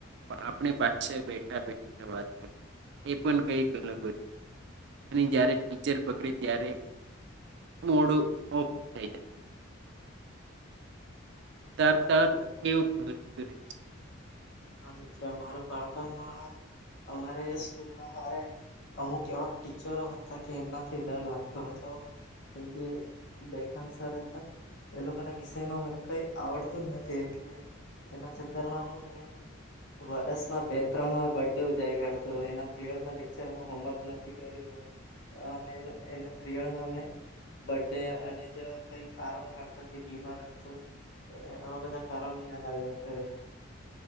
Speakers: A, on the right (about 55°); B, on the left (about 55°).
A: આપણે પાછળ બેઠા-બેઠા વાતો કરીએ પણ કઈક અલગ હતું અને જ્યારે ટીચર પકડે ત્યારે.. મોઢું ઑફ થઈ જાય. ત
B: હા
A: ત
B: મિત્ર
A: <unintelligible> કેવું <inaudible>
B: હા. મિત્ર મારુ બાળપણમાં અમારે સ્કૂલમાં અમારે અમુક એવા ટીચરો હતા કે, એમનાથી ડર લાગતો હતો કેમકે બે-ત્રણ સર હતા. એ લોકોના વિષયમાં મને કઈ આવડતું નથી એટલે એના ચક્કરમાં હું ને.. વર્ષમાં બે-ત્રણ વાર બર્થડે ઉજાવી કાઢતો. એના પિરિયડમાં લેક્ચરમાં હોમવર્ક નથી કર્યું હોય. <unintelligible> એના પિરિયડમાં અમે બર્થડે અન્ય જેવા કઈક કારણ કાઢતા બીમાર હતો એવા બધા કારણો યાદ આવે અત્યારે.